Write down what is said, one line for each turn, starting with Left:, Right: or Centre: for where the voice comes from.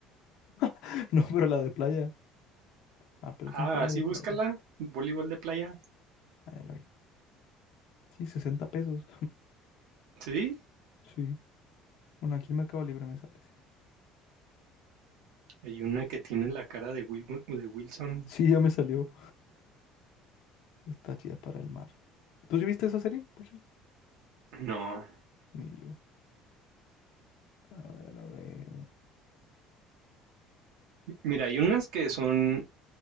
Left: <laughs> No, pero la de playa. Ah, pelota
Right: Ah,
Left: inflable
Right: sí,
Left: de
Right: búscala,
Left: playa.
Right: voleibol de playa.
Left: Ah, ya la vi. Sí, 60 pesos.
Right: Sí,
Left: Sí. Bueno, aquí en Mercado Libre me sale así.
Right: hay una que tiene la cara de Wil- de Wilson.
Left: Sí, ya me salió. Está chida para el mar. ¿Tú sí viste esa serie? Por cierto.
Right: No,
Left: Ni yo. A ver, a ver.
Right: mira, hay unas que son,